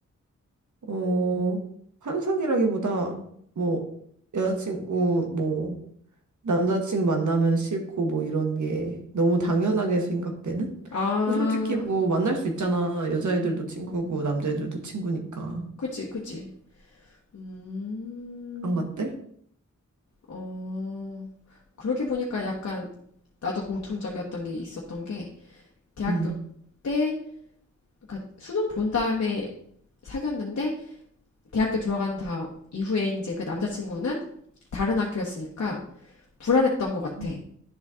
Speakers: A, on the right (about 70°); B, on the left (about 55°).
A: 어, 환상이라기보다, 뭐, 여자친구, 뭐, 남자친구 만나면 싫고, 뭐, 이런 게 너무 당연하게 생각되는?
B: 아,
A: 근데 솔직히 뭐, 만날 수 있잖아. 여자애들도 친구고, 남자애들도 친구니까.
B: 그지, 그지. 음,
A: 그런 것들?
B: 어, 그렇게 보니까 약간 나도 공통적이었던 게 있었던 게 대학교
A: 응,
B: 때, 그러니까 수능 본 다음에 사귀었는데 대학교 들어간 다음 이후에 이제 그 남자친구는 다른 학교였으니까 불안했던 것 같아.
A: 응,